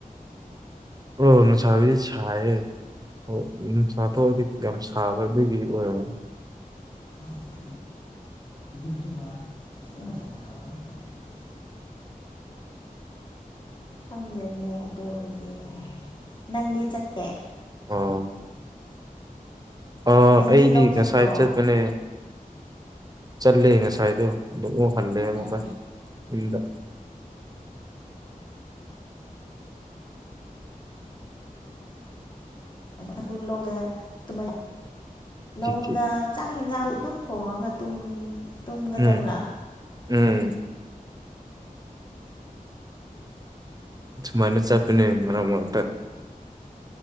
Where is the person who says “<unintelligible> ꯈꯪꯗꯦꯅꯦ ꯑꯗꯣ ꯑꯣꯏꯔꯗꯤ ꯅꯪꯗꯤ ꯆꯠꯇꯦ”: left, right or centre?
Left